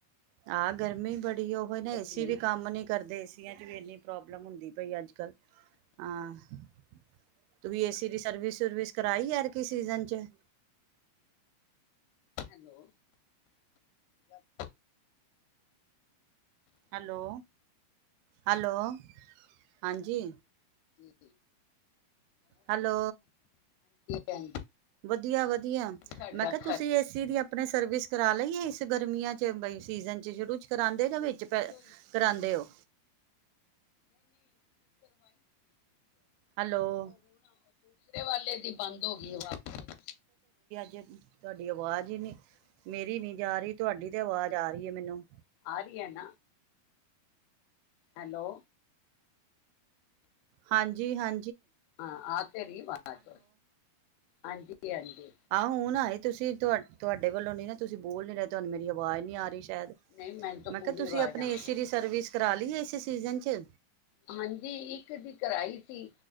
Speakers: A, on the right (about 80°); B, on the left (about 80°).
A: ਹਾਂ ਗਰਮੀ ਬੜੀ ਉਹ ਨਾ ਏਸੀ
B: ਕਿੰਨੀ
A: ਵੀ ਕੰਮ ਨੀ ਕਰਦੇ, ਏਸੀਆਂ ਚ ਵੀ ਇੰਨੀ ਪ੍ਰੋਬਮ ਪ੍ਰੋਬਲਮ ਹੁੰਦੀ ਪਈ, ਅੱਜ ਕੱਲ ਹਾਂ ਤੂੰ ਵੀ ਏਸੀ ਦੀ ਸਰਵਿਸ ਸਵਿਸ ਕਰਵਾਈ, ਐਤਕੀ ਸੀਜ਼ਨੌ ਜੇ
B: ਹੈਲੋ ਕੀ
A: ਹੈਲੋ, ਹੈਲੋ
B: ਆ ਗਿਆ
A: ਹਾਂਜੀ,
B: ਜੀ,
A: ਹੈਲੋ
B: ਹਾਂਜੀ
A: ਵਧੀਆ ਵਧੀਆ,
B: ਸਾਡਾ
A: ਮੈਂ ਕਿਹਾ
B: ਖਰਚੀ
A: ਤੁਸੀਂ ਏਸੀ ਦੀ ਆਪਣੇ ਸਰਵਿਸ ਕਰਾ ਲਈ ਆ ਇਸ ਗਰਮੀਆਂ ਚ ਬ ਸੀਜ਼ਨ ਚ ਸ਼ੁਰੂ ਚ ਕਰਾਉਂਦੇ ਜਾਂ ਵਿੱਚ
B: ਹੋਈ ਸੀ
A: ਕਰਾਉਂਦੇ ਔ।
B: ਨਹੀਂ ਨਹੀਂ ਕਰਵਾਈ ਸੀਗੀ।
A: ਹੈਲੋ
B: ਤੇ ਹੁਣ ਦੂਸਰੇ ਵਾਲੇ ਦੀ ਬੰਦ ਹੋ ਗਈ ਆਪੇ ਈ
A: ਜਦ, ਤੁਹਾਡੀ ਆਵਾਜ਼ ਹੀ ਨੀ ਮੇਰੀ ਨੀ ਜਾ ਰਹੀ ਤੁਹਾਡੀ ਤੇ ਆਵਾਜ਼ ਆ ਰਹੀ ਹੈ ਮੈਨੂੰ,
B: ਆ ਰਹੀ ਹੈ ਨਾ ਹੈਲੋ
A: ਹਾਂਜੀ ਹਾਂ
B: ਹਾਂ ਆ ਤੇ ਰਹੀ ਵਾਜ ਹਾਂਜੀ, ਹਾਂਜੀ
A: ਆਹੋ, ਹੁਣ ਆਈ। ਤੁਸੀਂ ਤੁਹਾ ਤੁਹਾਡੇ ਵੱਲੋਂ ਨੀ ਨਾ ਤੁਸੀਂ ਬੋਲ ਨੀ ਰਹੇ, ਤੁਹਾਨੂੰ ਮੇਰੀ ਆਵਾਜ਼ ਨੀ ਆ ਰਹੀ। ਸ਼ਾਇਦ
B: ਨਹੀਂ ਮੈਨੂੰ ਤਾਂ
A: ਮੈਂ
B: ਪੂਰੀ
A: ਕਿਹਾ ਤੁਸੀਂ
B: ਆਵਾਜ਼
A: ਆਪਣੇ
B: ਆਉਂਦੀ
A: ਏਸੀ ਦੀ
B: ਪਈ ਹੈ
A: ਸਰਵਿਸ ਕਰਾ ਲੀ ਏ ਸੀਜ਼ਨ ਚ
B: ਹਾਂਜੀ, ਇੱਕ ਦੀ ਕਰਾਈ ਸੀ,